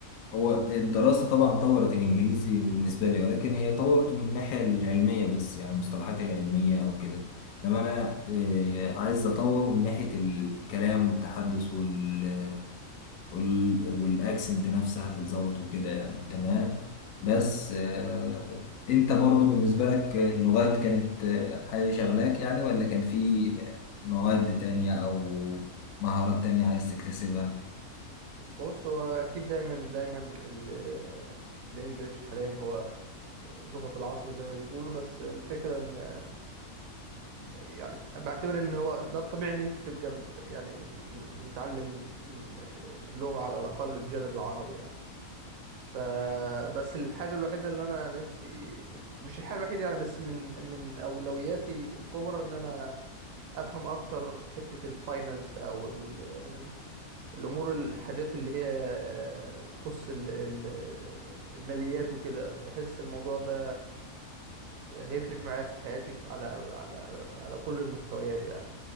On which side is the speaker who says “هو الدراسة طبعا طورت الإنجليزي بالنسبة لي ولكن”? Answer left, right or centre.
Left